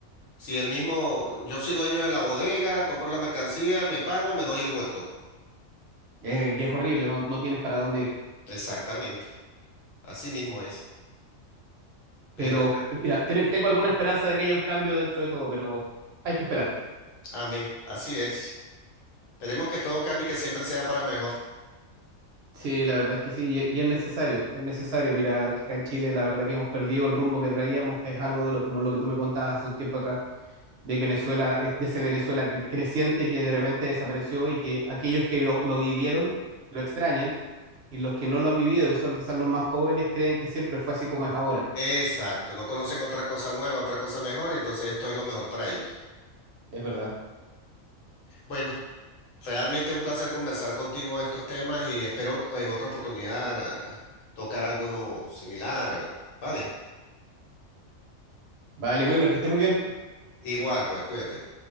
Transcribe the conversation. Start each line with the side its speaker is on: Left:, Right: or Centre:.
Left: Si el mismo, yo soy dueño de la bodega, compro la mercancía, me pago, me doy el vuelto.
Right: eh, y es horrible, no, no tienes para dónde ir.
Left: Exactamente, así mismo es. Pero,
Right: Pero eh, mira, ten- tengo alguna esperanza de que haya un cambio dentro de todo, pero hay que esperar.
Left: amén, así es. Esperemos que todo cambie, que siempre sea para mejor.
Right: Sí, la verdad es que sí, y, y es necesario, es necesario. Mira, acá en Chile la verdad que hemos perdido el rumbo que traíamos, es algo de lo como lo que tú me contabas hace un tiempo atrás de Venezuela, es- de ese Venezuela cre- creciente que de repente desapareció y que aquellos que lo, lo vivieron lo extrañan y los que no lo han vivido, que son quizás los más jóvenes, creen que siempre fue así como es ahora.
Left: Exacto, no conocen otra cosa nueva, otra cosa mejor, y entonces esto es lo mejor para ellos.
Right: Es verdad.
Left: Bueno. Realmente un placer conversar contigo estos temas y espero en otra oportunidad ah, tocar alguno similar. ah, Vale,
Right: Vale, Wilmer, que esté muy bien.
Left: igual, pues cuídate.